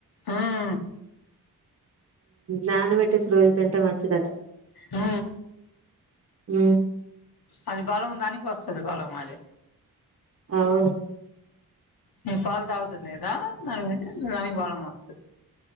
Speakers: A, on the left; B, on the right.
A: ఉమ్
B: నాన పెట్టేసి రోజు తింటే మంచిదట
A: ఆ
B: అ
A: అది బలం దానికి వస్తుది బలం అది
B: అవును
A: న పాలు తాగుతుంది కదా దాని మీద దానికి బలం మారుతుంది